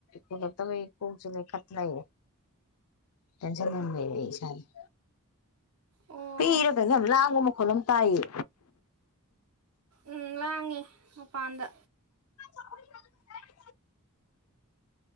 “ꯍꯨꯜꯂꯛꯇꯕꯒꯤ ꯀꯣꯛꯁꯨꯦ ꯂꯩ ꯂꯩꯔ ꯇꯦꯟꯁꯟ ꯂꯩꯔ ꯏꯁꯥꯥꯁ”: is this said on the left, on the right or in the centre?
Left